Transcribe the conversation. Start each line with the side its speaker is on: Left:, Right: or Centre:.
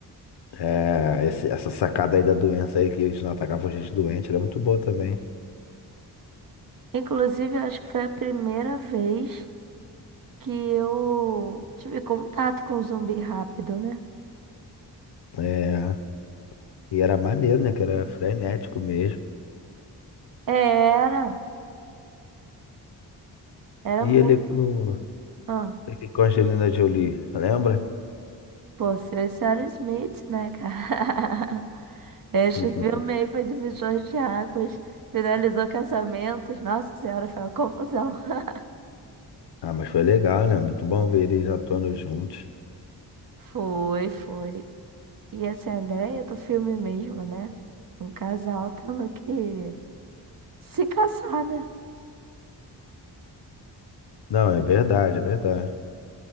Left: É, esse- essa sacada aí da doença aí que eles não atacavam gente doente era muito boa também.
Right: Inclusive, eu acho que foi a primeira vez que eu tive contato com zumbi rápido, né?
Left: É. E era maneiro, né? Que era frenético mesmo.
Right: É, Era, era
Left: E
Right: muito.
Left: ele com,
Right: Ah,
Left: ele com a Angelina Jolie, lembra?
Right: pô, se eu esse era Smith, né, cara? <laughs> Este
Left: <laughs>
Right: filme aí foi divisor de águas, finalizou casamentos. Nossa Senhora, foi uma confusão. <laughs>
Left: Ah, mas foi legal, né? Muito bom ver eles atuando juntos.
Right: Foi, foi. E essa é a ideia do filme mesmo, né? Um casal tendo que se casar, né?
Left: Não, é verdade, é verdade.